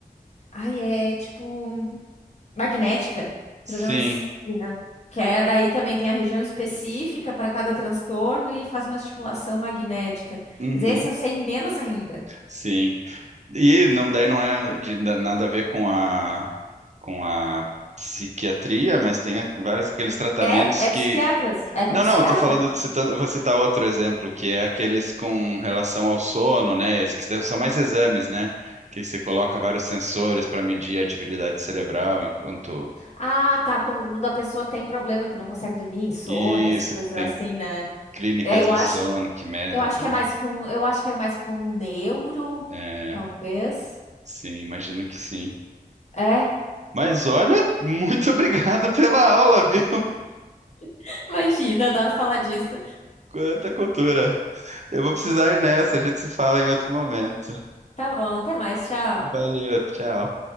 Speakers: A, on the left; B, on the right.
A: Ai, é tipo. magnética,
B: Sim.
A: transcraniana, que é daí também tem a região específica para cada transtorno e faz uma estimulação magnética.
B: Uhum.
A: Mas esse eu sei menos ainda.
B: Sim. E não, daí não é de na- nada a ver com a com a psiquiatria, mas tem a- vários aqueles tratamentos
A: É, é
B: que
A: psiquiatras? É com
B: Não,
A: psiquiatra?
B: não, tô falando de citando, eu vou citar outro exemplo, que é aqueles com relação ao sono, né? es- Que são mais exames, né? Que você coloca vários sensores para medir a atividade cerebral enquanto
A: Ah, tá. Quando a pessoa tem problema que não consegue dormir, insônia,
B: isso,
A: essas coisas
B: que tem
A: assim, né?
B: clínicas
A: É, eu
B: de
A: acho,
B: sono que medem
A: eu acho
B: também.
A: que é mais com, eu acho que é mais com neuro,
B: É,
A: talvez.
B: sim, imagino que sim.
A: É,
B: Mas olha, muito <laughs> obrigado pela aula, viu?
A: <laughs> imagina, adoro falar disso.
B: Quanta cultura. Eu vou precisar ir nessa, a gente se fala em outro momento.
A: Tá bom, até mais, tchau.
B: Valeu, tchau.